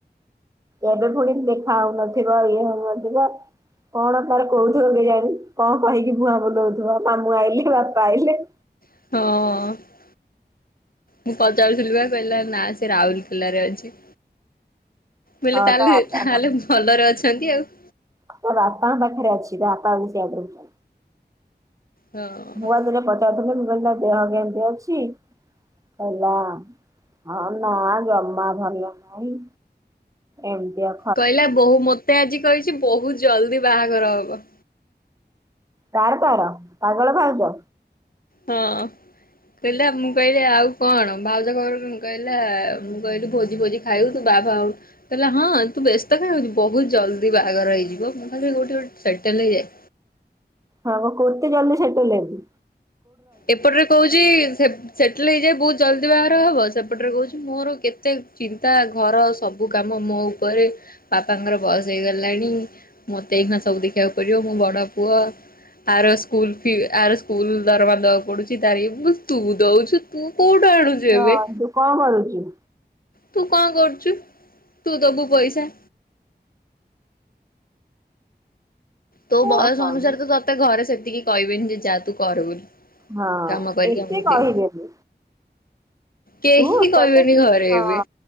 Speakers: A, on the right (about 20°); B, on the left (about 55°).
A: ଏବେ ପୁଣି ଦେଖା ହଉନଥିବ ଇଏ ହଉନଥିବ କଣ ତାର କହୁଉଥିବ କେ ଜାଣି କଣ କହିକି ଭୁଆଁ ବୁଲଉଥିବ ମାମୁଁ ଆଇଲେେ ବାପା ଆଇଲେ
B: ହଁ। ମୁଁ ପଚାରୁଥିଲି ବା କହିଲା ନା ସେ ରାଉଲକେଲାରେ ଅଛି। ବୋଇଲେ
A: ହଁ
B: ତାହାଲେ
A: ତା ବାପା
B: ତାହେଲେ ଭଲରେ ଅଛନ୍ତି ଆଉ।
A: ମୋ ବାପାଙ୍କ ପାଖରେ ଅଛି ତ ବାପା <unintelligible>
B: ହଁ।
A: ମୁଁ ପା ଦିନେ ପଚାରୁଥିଲି ମୁଁ କହିଲି ତମ ଦେହ କେମିତି ଅଛି କହିଲା ହଁ ନା ଜମା ଭଲ ନାହିଁ। ଏମତିଆ
B: କହିଲା ବୋଉ ମତେ ଆଜି କହିଚି ବହୁତ ଜଲ୍ଦି ବାହାଘର ହବ।।
A: ତାର ତାର ପାଗଳ ଭାଉଜ
B: ହଁ। କହିଲା ମୁଁ କହିଲି ଆଉ କଣ ଭାଉଜା ଖବର କଣ କହିଲା ମୁଁ କହିଲି ଭୋଜି ଫୋଜି ଖାଇବୁ ତୁ ବାହା ଫା ହୋଉ କହିଲା ହଁ ତୁ ବ୍ୟସ୍ତ କାଇଁ ହାଉଚୁ ବହୁତ ଜଲ୍ଦି ବାହାଘର ହେଇଯିବ ମୁଁ ଖାଲି କୋଉଠି ଗୋଟେ ସେଟେଲ୍ ହେଇଯାଏ।
A: ହଁ ବା କୋଇତି ଜଲ୍ଦି ସେଟେଲ୍ ହେବି।
B: ଏପଟରେ କହୁଚି ସେ ସେଟଲ୍ ହେଇଯାଇ ବହୁତ ଜଲ୍ଦି ବାହାଘର ହବ ସେପଟରେ କହୁଚି ମୋର କେତେ ଚିନ୍ତା ଘର ସବୁ ସବୁ କାମ ମୋ ଉପରେ ବାପାଙ୍କର ବୟସ ହେଇଗଲାଣି। ମତେ ଏଇଖିଣା ସବୁ ଦେଖିବାକୁ ପଡିବ ମୁଁ ବଡ ପୁଅ। ଆର ସ୍କୁଲ ଫି ଆର ସ୍କୁଲ ଦରମା ଦବାକୁ ପଡୁଚି ତାର ୟେ ତୁ ଦଉଚୁ ତୁ କୋଉଠୁ ଆଣୁଚୁ?
A: ହଁ
B: ଏବେ।
A: ତୁ କଣ କରୁଚୁ?
B: ତୁ କଣ କରୁଚୁ ତୁ ଦବୁ ପଇସା। ତୋ ବୟସ
A: ଆଉ କଣ
B: ଅନୁସାରେ ତ ତତେ ଘରେ ସେତିକି କହିବେନି ଯେ ଯା ତୁ କର ବୋଲି।
A: ହଁ
B: କାମ କରିକି
A: ଏତେ
B: ଆମକୁ
A: କହିବେନି
B: ଦେ। କେହି
A: ତୁ ତତେ
B: କହିବେନି ଘରେ
A: ହଁ
B: ଏବେ।